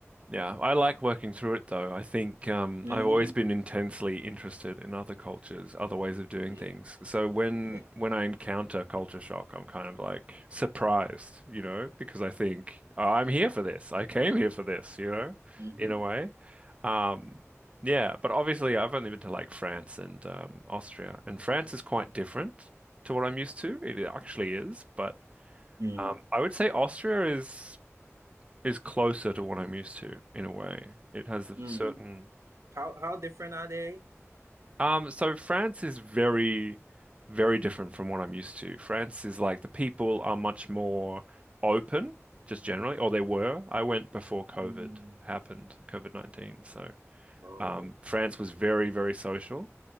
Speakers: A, on the right; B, on the right.
A: Yeah. I like working through it though. I think um
B: Mm-hmm.
A: I've always been intensely interested in other cultures, other ways of doing
B: Yeah.
A: things. So when
B: Yeah.
A: when I encounter culture shock, I'm kind of like surprised, you know, because I think "Oh, I'm here for this. I came here for this, you know,
B: Mm-hmm.
A: in a way. Um, yeah, but obviously I've only been to like France and um, Austria, and France is quite different to what I'm used to. It actually is, but
B: Mm.
A: um, I would say Austria is is closer to what I'm used to in a way. It has a
B: Mm.
A: certain
B: How how different are they?
A: um, so France is very, very different from what I'm used to. France is like the people are much more open, just generally, or they were. I went before COVID
B: Mm.
A: happened, COVID-19, so.
B: Oh.
A: Um, France was very, very social.